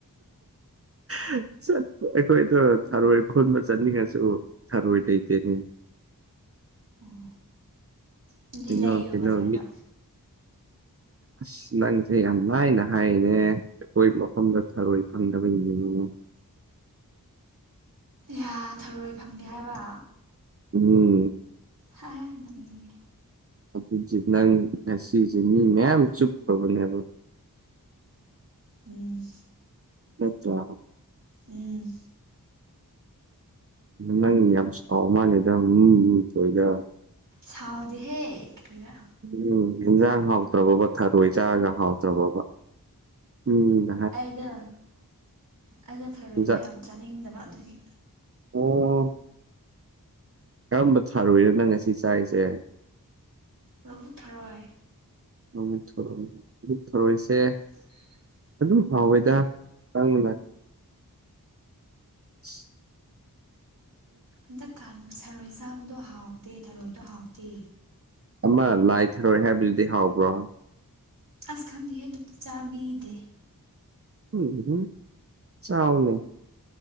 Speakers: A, on the right (about 40°); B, on the right (about 60°).
A: <inaudible> ꯑꯩꯈꯣꯏꯗ ꯊꯥꯔꯣꯏ ꯈꯨꯟꯕ ꯆꯠꯅꯤꯡꯉꯁꯨ ꯊꯥꯔꯣꯏ ꯂꯩꯇꯦꯅꯦ
B: ꯎꯝ ꯅꯪꯗꯤ
A: ꯀꯩꯅ
B: ꯂꯩꯌꯣ
A: ꯀꯩꯅ
B: ꯕꯖꯥꯔꯗ
A: ꯃꯤ ꯑꯁ ꯅꯪꯁꯩ ꯌꯥꯝꯃꯥꯏꯅ ꯍꯥꯏꯅꯦ ꯑꯩꯈꯣꯏ ꯃꯐꯝꯗ ꯊꯔꯣꯏ ꯐꯪꯗꯕ ꯏꯅꯤ
B: ꯌꯥꯌꯥ ꯊꯔꯣꯏ ꯐꯪꯗꯦ ꯍꯥꯏꯕ
A: ꯎꯝ
B: ꯍ ꯍ ꯃꯤꯅꯦ
A: ꯑꯗꯨ ꯅꯪ ꯉꯁꯤꯁꯤꯦ ꯃꯤ ꯃꯌꯥꯝ ꯆꯨꯞꯈꯅꯦꯕꯣ
B: ꯎꯝ
A: ꯆꯠꯆ
B: ꯎꯝ
A: ꯅꯪ ꯌꯥꯝ ꯁꯥꯎ ꯃꯥꯜꯦꯗꯊꯣꯏꯗ
B: ꯁꯥꯎꯗꯦ ꯍꯦ ꯀ ꯈꯔ
A: ꯎꯝ ꯏꯟꯖꯥꯡ ꯍꯥꯎꯇ꯭ꯔꯕꯕ ꯊꯔꯣꯏ ꯆꯥꯔꯒ ꯍꯥꯎꯇ꯭ꯔꯕꯕ ꯎꯝ
B: ꯑꯩꯅ ꯑꯩꯅ ꯊꯔꯣꯏꯗꯣ
A: ꯍꯦꯟꯖꯥꯡ
B: ꯌꯥꯝ ꯆꯥꯅꯤꯡꯗꯕ ꯑꯗꯨꯒꯤ
A: ꯑꯣ ꯀꯔꯝꯕ ꯊꯥꯔꯨꯏꯅꯣ ꯅꯪ ꯉꯁꯤ ꯆꯥꯏꯔꯤꯁꯦ
B: ꯂꯧꯕꯨꯛ ꯊꯔꯣꯏ
A: ꯅꯨꯃꯤꯠ ꯊꯔꯣꯏ ꯅꯨꯃꯤꯠ ꯊꯔꯣꯏꯁꯦ
B: ꯎ
A: ꯑꯗꯨꯝ ꯍꯥꯎꯋꯦꯗꯪꯅ <unintelligible>
B: ꯍꯟꯗꯛ ꯀꯥꯟ ꯁꯔꯣꯏ ꯆꯥꯕꯗꯣ ꯍꯥꯎꯇꯦ ꯊꯔꯣꯏꯗꯣ ꯍꯥꯎꯇꯦ
A: ꯑꯃ ꯂꯥꯏꯊꯔꯣꯏ ꯍꯥꯏꯕꯗꯨꯗꯤ ꯍꯥꯎꯕ꯭ꯔꯣ
B: ꯑꯁ ꯈꯪꯗꯦꯍꯦ ꯑꯗꯨꯗꯤ ꯆꯥꯕꯤꯗꯦ
A: ꯎꯝ ꯍꯝ ꯆꯥꯎꯅꯦ